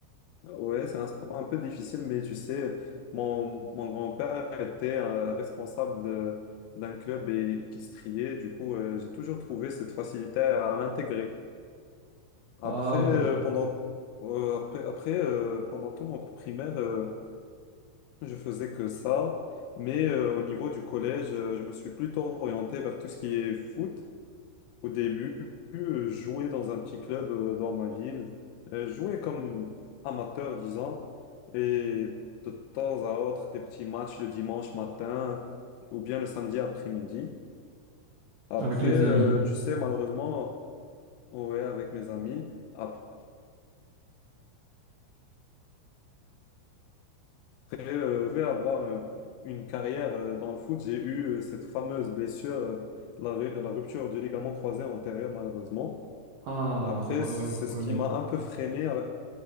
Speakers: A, on the left; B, on the right.
A: Ouais, c'est un sport un peu difficile, mais tu sais, mon, mon grand-père était euh, responsable de- d'un club et, qui se triait. Du coup, euh, j'ai toujours trouvé cette facilité à, à l'intégrer. Après,
B: Ah,
A: euh,
B: ok.
A: pendant, euh, après, après, euh, pendant tout mon primaire, euh, je faisais que ça. Mais euh, au niveau du collège, euh, je me suis plutôt orienté vers tout ce qui est foot. Au début, euh, je jouais dans un petit club euh, dans ma ville. Euh, Je jouais comme amateur, disons, et de temps à autre, des petits matchs le dimanche matin ou bien le samedi après-midi. Après,
B: Avec les
A: euh,
B: amis.
A: tu sais, malheureusement, ouais, avec mes amis, après, euh, je pouvais avoir euh, une carrière euh, dans le foot. J'ai eu euh, cette fameuse blessure, euh, la, ru- la rupture du ligament croisé antérieur, malheureusement.
B: Ah,
A: Après,
B: ouais,
A: c'est
B: ouais, je connais.
A: ce qui m'a un peu freiné euh,